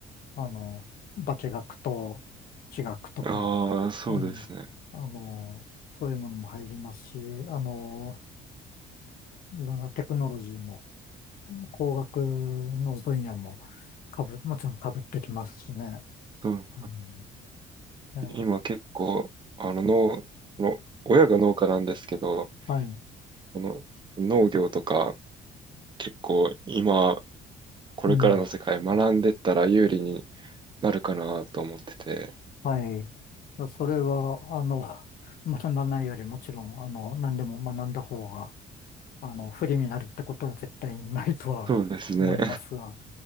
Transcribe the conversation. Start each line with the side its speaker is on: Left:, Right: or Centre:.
Left: あの、化学と地学とか、
Right: ああ、そうですね。
Left: うん、あの、そういうものも入りますし、あの、いろんなテクノロジーも、工学の分野もかぶ、もちろんかぶってきますしね。
Right: うん
Left: うん、えー
Right: 今結構、あの、農、の、親が農家なんですけど、
Left: はい。
Right: あの、農業とか結構今、これからの世界学んでったら有利に
Left: うん。
Right: なるかなと思ってて。
Left: はい。それは、あの、学ばないよりもちろん、あの、何でも学んだ方が、あの、不利になるってことは絶対にないとは思いますが、
Right: そうですね。